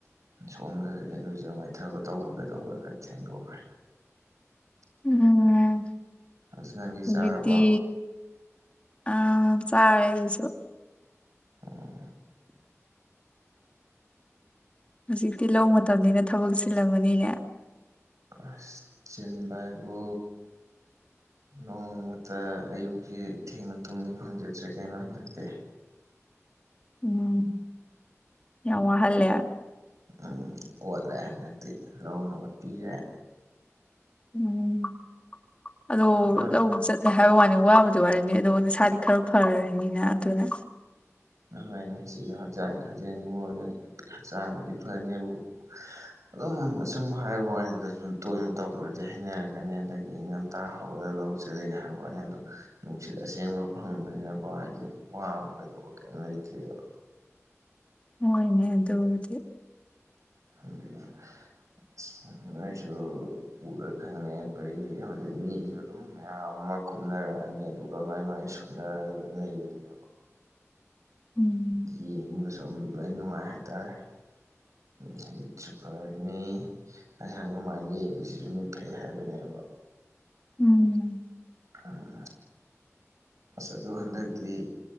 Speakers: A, on the right; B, on the left.
A: ꯁꯣꯝꯗꯅ ꯏꯔꯨꯖꯥ ꯃꯥꯏꯊꯕ ꯇꯧꯒꯦ ꯇꯧꯕ ꯈꯔ ꯊꯦꯡꯗꯣꯛꯈ꯭ꯔꯦ
B: ꯎꯝ
A: ꯑꯗꯨ ꯅꯪꯗꯤ
B: ꯍꯧꯖꯤꯛꯇꯤ
A: ꯆꯥꯔꯕ
B: ꯑꯥ ꯆꯥꯔꯦ ꯑꯩꯁꯨ
A: ꯎꯝ
B: ꯍꯧꯖꯤꯛꯇꯤ ꯂꯧ ꯃꯇꯝꯅꯤꯅ ꯊꯕꯛ ꯆꯤꯜꯂꯝꯃꯅꯤꯅꯦ
A: ꯑꯁ ꯆꯤꯟꯕ ꯍꯥꯏꯕꯨ ꯅꯣꯡꯃꯇꯥ ꯑꯌꯨꯛꯁꯤ ꯊꯦꯡꯅ ꯇꯨꯝꯒꯦ ꯐꯪꯖꯗ꯭ꯔꯦ ꯀꯩꯅꯣ ꯍꯟꯗꯛꯇꯤ
B: ꯎꯝ ꯌꯥꯝ ꯋꯥꯍꯜꯂꯦ
A: ꯎꯝ ꯑꯣꯠꯂꯦ ꯍꯟꯗꯛꯇꯤ ꯂꯧꯅ ꯑꯣꯠꯄꯤꯔꯦ
B: ꯎꯝ ꯑꯗꯣ
A: ꯍꯣꯏ
B: ꯂꯧ ꯆꯠ ꯂꯦ ꯍꯥꯏꯕ ꯋꯥꯅꯤ ꯋꯥꯕꯗꯤ ꯋꯥꯔꯤꯅꯤ ꯑꯗꯨ ꯅꯁꯥꯗꯤ ꯈꯔ ꯐꯔꯅꯤꯅ ꯑꯗꯨꯅ
A: ꯑꯗꯨꯃꯥꯏꯅ ꯁꯤꯁꯨ ꯍꯛꯆꯥꯡ ꯁꯥꯖꯦꯟꯕꯨ ꯑꯣꯏꯅꯤ ꯍꯛꯆꯥꯡꯕꯨꯗꯤ ꯐꯅꯤꯕꯨ ꯑꯗꯨꯝ ꯑꯁꯨꯝ ꯍꯥꯏꯕ ꯋꯥꯅꯤꯗ ꯁꯨꯝ ꯇꯣꯏꯅ ꯇꯧꯔꯛꯄꯗꯗꯤ ꯍꯩꯅꯔꯛꯀꯅꯤ ꯑꯗꯨꯒꯤ ꯉꯥꯟꯇꯥ ꯍꯧꯒꯠꯂꯒꯥ ꯂꯧ ꯆꯠꯂꯤꯒ ꯍꯥꯏꯕ ꯋꯥꯅꯤ ꯑꯗꯨ ꯅꯨꯡꯁꯤꯠ ꯑꯁꯦꯡꯕ ꯐꯪꯕꯅꯤꯅꯀꯣ ꯍꯥꯏꯗꯤ ꯋꯥꯕ ꯀꯩꯗꯧꯕ ꯀꯩꯝ ꯂꯩꯇꯦꯕ
B: ꯍꯣꯏꯅꯦ ꯑꯗꯨꯕꯨꯗꯤ
A: <unintelligible> ꯑꯁ ꯅꯣꯏꯁꯨ ꯎꯔ ꯈꯪꯅꯤ ꯑꯩꯈꯣꯏꯒꯤ ꯍꯧꯖꯤꯛ ꯃꯤ ꯑꯗꯨꯝ ꯃꯌꯥꯝ ꯑꯃ ꯀꯨꯝꯅꯔꯛꯑꯅꯤ ꯑꯗꯨꯒ ꯃꯥꯏ ꯃꯥꯏ ꯁꯨꯅ ꯂꯩꯕꯅꯤ
B: ꯎꯝ
A: ꯌꯦꯡꯕꯒꯁꯨ ꯑꯗꯨꯝ ꯂꯣꯏꯅ ꯅꯨꯡꯉꯥꯏ ꯍꯥꯏꯇꯥꯔꯦ ꯎꯝ ꯍꯥꯏꯃꯤꯠ ꯐꯔꯅꯤ ꯑꯁꯥꯡ ꯑꯃꯥꯟ ꯌꯦꯡꯕꯁꯤꯁꯨ ꯃꯤꯠ ꯐꯩ ꯍꯥꯏꯕꯅꯦꯕ
B: ꯎꯝ
A: ꯎꯝ ꯑꯁ ꯑꯗꯨ ꯍꯟꯗꯛꯇꯤ